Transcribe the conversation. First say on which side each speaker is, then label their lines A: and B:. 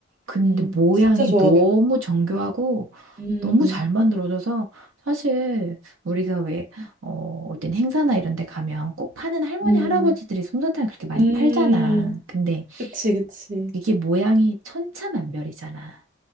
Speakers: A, on the right; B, on the right.
A: 근데
B: 음,
A: 모양이
B: 진짜 좋아하겠다.
A: 너무 정교하고
B: 음,
A: 너무 잘 만들어져서 사실 우리가 왜 어, 어떤 행사나 이런 데 가면 꼭 파는 할머니
B: 음,
A: 할아버지들이 솜사탕을 그렇게 많이
B: 음,
A: 팔잖아. 근데
B: 그치, 그치.
A: 이게 모양이 천차만별이잖아.